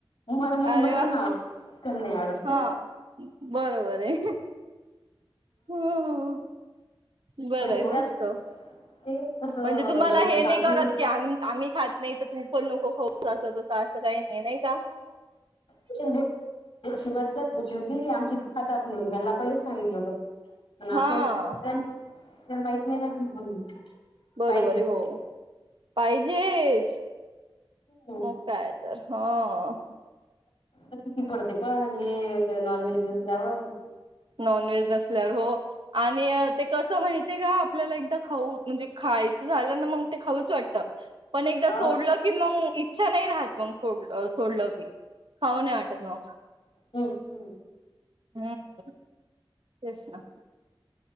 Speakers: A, on the left; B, on the right.
A: मला मग
B: अरे
A: मटन
B: वा
A: नाही आवडत <unintelligible>
B: हा बरोबर आहे. हम्म. बरं
A: म्हणजे
B: आहे
A: एवढ्या
B: मस्त म्हणजे
A: ते कसं
B: तुम्हाला
A: मग
B: हे नाही
A: आमच्या
B: करत
A: इकडे
B: की आम्ही आम्ही खात नाही तर तू पण नको खाऊच असं तसं असं काही नाही नाही का
A: <unintelligible> सुरवातीलाच बोलली होती, की आमच्या इथ खातात म्हणून त्यांना पहिलच सांगितलं होतं. पण आपल्या
B: हा
A: <unintelligible> नाही का
B: बरोबर
A: पाहिजेच
B: आहे हो पाहिजेच.
A: हम्म.
B: मग काय तर हा.
A: किती पडते पावणे नॉनव्हेज नसल्यावर
B: नॉनव्हेज नसल्यावर हो आणि ते कसं माहिती आहे का आपल्याला एकदा खाऊ म्हणजे खायचं झालं ना मग ते खाऊच वाट पण एकदा
A: हा
B: सोडलं की मग इ नाही राहत मग सोडल सोडल की, खाऊ नाही वाटत मग.
A: हम्म हम्म
B: हम्म, तेच ना.